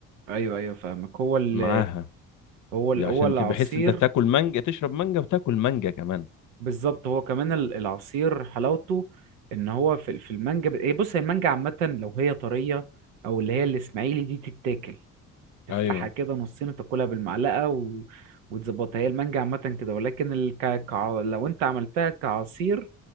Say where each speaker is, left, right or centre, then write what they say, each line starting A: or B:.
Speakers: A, on the right; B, on the left.
A: ايوه ايوه فاهمك هو ال
B: معاها
A: هو ال
B: دي عشان
A: هو العصير
B: تبقى حس انت تاكل مانجا تشرب مانجا وتاكل مانجا كمان
A: بالظبط هو كمان ال- العصير حلاوته ان هو في ال- في المانجا ب- إيه، بص هي المانجا عامه لو هي طريه او اللي هي الاسماعيلي دي تتاكل تفتحها
B: ايوه
A: كده نصين وتاكلها بالمعلقه و... وتظبطها هي المانجا عامه كده ولكن ال... ك... كع... لو انت عملتها كعصير